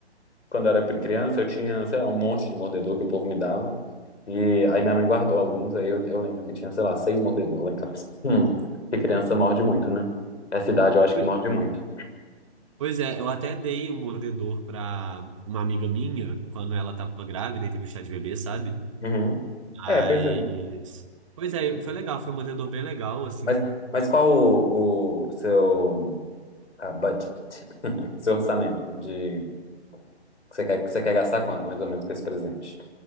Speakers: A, on the left; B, on the right.
A: Quando eu era criança, eu tinha, sei lá, um monte de mordedor que o povo me dava. E aí minha mãe guardou alguns, aí eu, eu lembro que tinha, sei lá, seis mordedores lá em casa. Hum. Que criança morde muito, né? Essa idade eu acho
B: Ui.
A: que morde muito.
B: Pois é, eu até dei um mordedor pra uma amiga minha quando ela tava grávida e teve o chá de bebê, sabe?
A: Uhum.
B: Mas.
A: É, pois é. Uhum.
B: Pois é, foi legal, foi um mordedor bem legal, assim.
A: Mas, mas qual o, o seu ah, budget, <laughs> seu orçamento de você quer, você quer gastar quanto mais ou menos com esse presente?